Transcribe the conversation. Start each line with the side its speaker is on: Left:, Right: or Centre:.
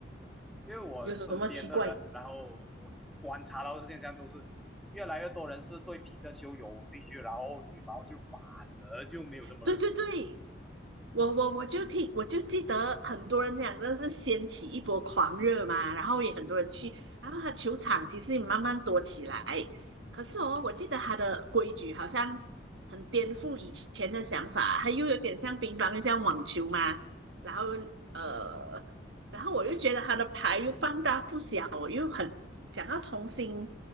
Centre: 因为我身边的人，
Right: 有什么奇怪？
Centre: 然后我观察到的现象都是，越来越多人是对皮克球有兴趣，然后羽毛就反而就没有这么热衷了
Right: 对对对，我我我就听，我就记得很多人讲，这是掀起一波狂热嘛，然后也很多人去，然后他球场其实也慢慢多起来。可是哦，我记得他的规矩好像很颠覆以前的想法，他又有点像乒乓，又像网球嘛。然后呃，然后我又觉得他的牌又半大不小，我又很想要重新